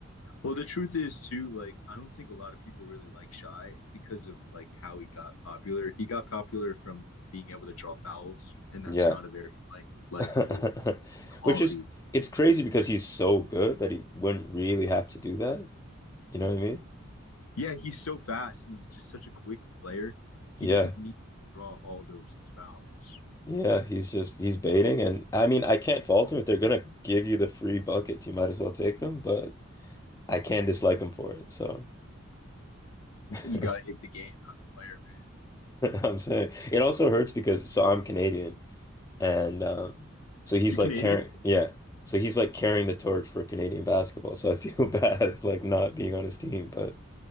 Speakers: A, on the left (about 85°); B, on the left (about 15°).
A: Well, the truth is too, like I don't think a lot of people really like Shy because of like how he got popular. He got popular from being able to draw fouls, and that's
B: Yeah.
A: not a very
B: <laughs>
A: like likable quality
B: Which is, it's crazy because he's so good that he wouldn't really have to do that. You know what I mean?
A: Yeah, he's so fast and he's just such a quick player. He
B: Yeah.
A: doesn't need to draw all those fouls.
B: Yeah. He's just, he's baiting. And I mean, I can't fault him if they're going to give you the free buckets. You might as well take them, but I can dislike him for it. So.
A: You
B: <laughs>
A: got to hit the game, not the player, man.
B: I'm saying it also hurts because so I'm Canadian. And um, so he's
A: You're
B: like
A: Canadian?
B: carrying, yeah. So he's like carrying the torch for Canadian basketball. So I feel <laughs> bad like not being on his team. But